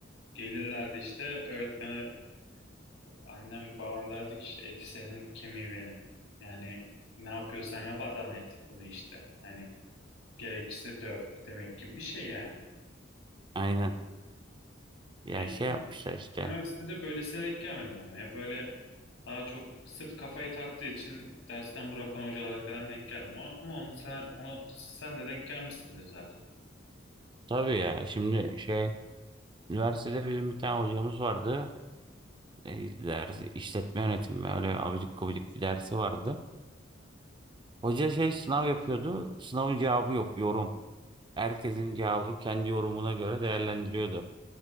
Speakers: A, on the left; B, on the right.
A: gelirlerdi işte öğretmene annem babam derdi ki işte eti senin kemiği benim. Yani ne yapıyorsan yap adam et bunu işte. Hani gerekirse döv demek gibi bir şey yani.
B: <laughs> Aynen. Ya
A: Yani
B: şey
A: ben
B: yapmışlar işte.
A: üniversitede böylesine denk gelmedim ama ya böyle daha çok sırf kafayı taktığı için dersten bırakan hocalara falan denk geldim ama, ama onu sen, onu sen de denk gelmişsindir zaten.
B: Tabii ya şimdi şey üniversitede bizim bir tane hocamız vardı. E, dersi işletme yönetimi öyle abidik gubidik bir dersi vardı. Hoca şey sınav yapıyordu. Sınavın cevabı yok yorum. Herkesin cevabı kendi yorumuna göre değerlendiriyordu.